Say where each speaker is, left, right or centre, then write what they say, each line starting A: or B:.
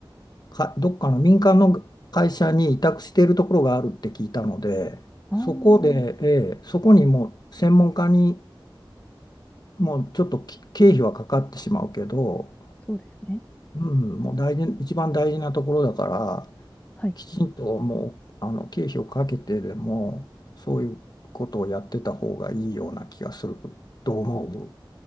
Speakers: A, on the left (about 50°); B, on the left (about 20°).
A: かどっかの民間の会社に委託しているところがあるって聞いたので。
B: ああー、
A: そこで、ええそこにもう専門家にもうちょっとき経費はかかってしまうけど、
B: そうですね。
A: うん、もう大事、一番大事なところだから、
B: はい。
A: きちんともうあの経費をかけてでも、そういうことをやってた方がいいような気がすると思う。